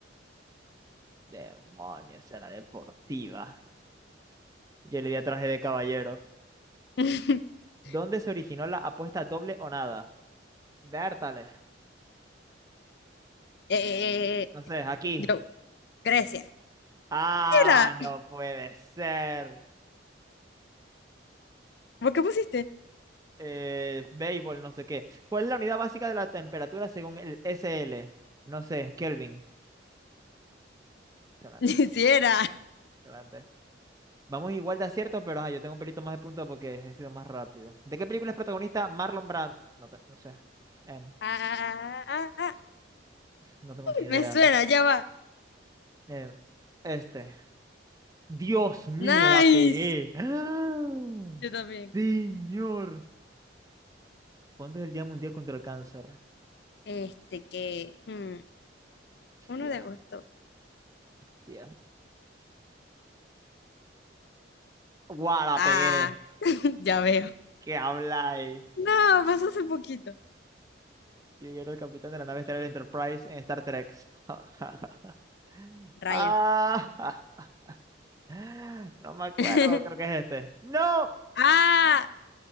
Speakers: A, on the right (about 20°); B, on the left (about 55°).
A: Demonios, era deportiva. Yo le di a traje de caballero.
B: <laughs>
A: ¿Dónde se originó la apuesta doble o nada? Bertale.
B: Eh, eh,
A: Entonces,
B: eh.
A: aquí.
B: yo, Grecia.
A: Ah,
B: Sí era.
A: no puede ser.
B: ¿Vos qué pusiste?
A: eh, béisbol, no sé qué. ¿Cuál es la unidad básica de la temperatura según el S L? No sé, Kelvin. Excelente,
B: <laughs> Sí era.
A: excelente. Vamos igual de acierto, pero ajá, yo tengo un pelito más de punto porque he sido más rápido. ¿De qué película es protagonista Marlon Brando? No, te- no sé. Em,
B: Ah, ah, ah, ah.
A: no tengo ni idea.
B: Me suena, ya va.
A: Em, este. Dios mío,
B: Nice.
A: la pegué. ¡Ah!
B: Yo también.
A: Señor. ¿Cuándo es el Día Mundial contra el Cáncer?
B: Este que mm,
A: Hostia,
B: 1 de agosto.
A: hostia. ¡Guau, la
B: Ah,
A: pegué!
B: <laughs> ya veo.
A: ¿Qué habláis?
B: No, pasó hace poquito.
A: Yo era el capitán de la nave estelar Enterprise en Star Trek. <laughs>
B: Raya.
A: Ah, <laughs> no me acuerdo,
B: <laughs>
A: creo que es este. ¡No!
B: Ah,